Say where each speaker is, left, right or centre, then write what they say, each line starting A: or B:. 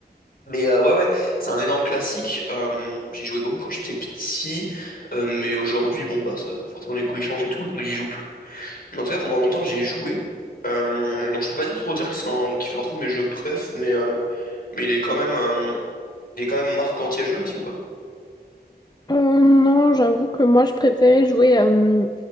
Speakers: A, on the left (about 60°); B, on the left (about 25°).
A: Mais euh, ouais, ouais, c'est un énorme classique. Euh, j'y jouais beaucoup quand j'étais petit, euh, mais aujourd'hui, bon, bah, ça, forcément, les goûts ils changent et tout, donc j'y joue plus. Mais en tout cas, pendant longtemps, j'y ai joué. Euh, donc je peux pas dire trop dire que c'est un- qu'il fait partie de mes jeux préf, mais, euh, mais il est quand même, euh, il est quand même marquant. Tu y à joué aussi ou pas?
B: Euh, non, j'avoue que moi, je préférais jouer euh,